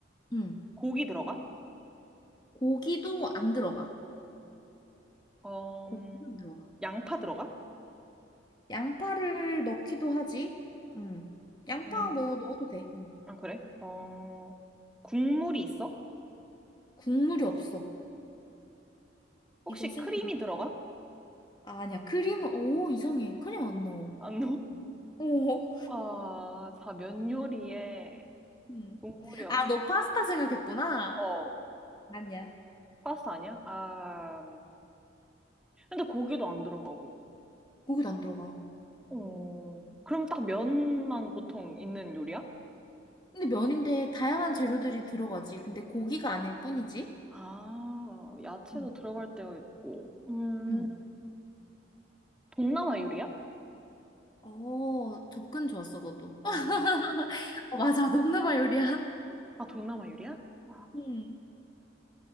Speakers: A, on the left (about 20°); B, in the centre.
A: 응.
B: 고기 들어가?
A: 고기도 안 들어가.
B: 어,
A: 고기도
B: 음,
A: 안 들어가.
B: 양파 들어가?
A: 양파를 넣기도 하지. 응. 양파
B: 음,
A: 뭐 넣어도 돼. 응.
B: 아, 그래? 어, 국물이 있어?
A: 국물이 없어.
B: 혹시
A: 이것은
B: 크림이 들어가?
A: 아, 아니야. 크림, 오, 이상해. 크림 안 넣어.
B: 안 넣어?
A: 오.
B: <laughs> 아, 다 면 요리에
A: 응.
B: 국물이 없,
A: 아, 너 파스타 생각했구나.
B: 어,
A: 아니야.
B: 파스타 아니야? 아, 음. 근데 고기도 안 들어가고.
A: 고기도 안 들어가.
B: 어, 그럼 딱 면만 보통 있는 요리야?
A: 근데 면인데 다양한 재료들이 들어가지. 근데 고기가 아닐 뿐이지?
B: 아, 야채도
A: 응
B: 들어갈 때가 있고. 음,
A: 응.
B: 동남아 요리야?
A: 어, 접근 좋았어, 너도.
B: 어.
A: <laughs> 어, 맞아. 동남아 요리야.
B: 아, 동남아 요리야? 아.
A: 응.